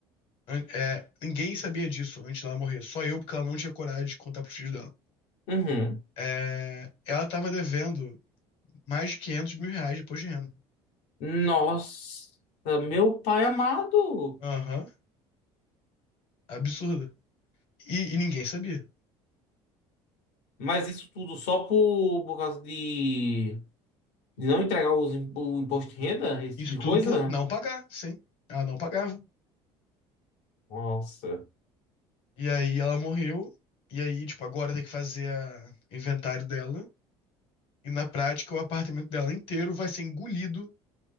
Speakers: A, on the left; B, on the left.
A: an- é, ninguém sabia disso antes dela morrer. Só eu, porque ela não tinha coragem de contar pros filhos dela.
B: Uhum.
A: É, ela tava devendo mais de 500 mil reais de imposto de renda.
B: Nossa, meu pai amado.
A: Aham, absurdo. E, e ninguém sabia.
B: Mas isso tudo só por, por causa de, de não entregar os, im- o imposto de renda, esse
A: Isso
B: tipo de
A: tudo
B: coisa?
A: por não pagar, sim. Ela não pagava.
B: Nossa.
A: E aí ela morreu. E aí, tipo, agora tem que fazer a inventário dela. E na prática, o apartamento dela inteiro vai ser engolido